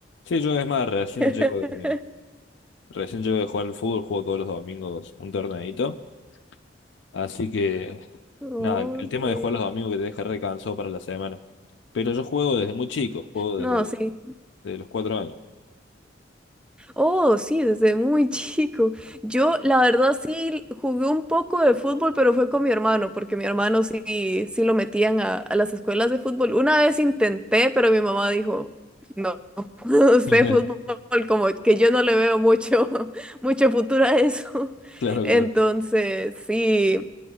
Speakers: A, on the left; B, in the centre.
A: Sí, yo es más, recién
B: <laughs>
A: llego de, recién llego de jugar al fútbol, juego todos los domingos un torneito. Así que,
B: Oh,
A: nada, el, el tema
B: sí.
A: de jugar los domingos que te deja recansado para la semana. Pero yo juego desde muy chico, juego
B: No,
A: desde,
B: sí.
A: desde los cuatro años.
B: Oh, sí, desde muy <laughs> chico. Yo, la verdad, sí jugué un poco de fútbol, pero fue con mi hermano, porque mi hermano sí, sí lo metían a, a las escuelas de fútbol. Una vez intenté, pero mi mamá dijo, no, <laughs> usted
A: <laughs>
B: fútbol, como que yo no le veo mucho, <laughs> mucho futuro a eso. <laughs>
A: Claro,
B: Entonces,
A: claro,
B: sí.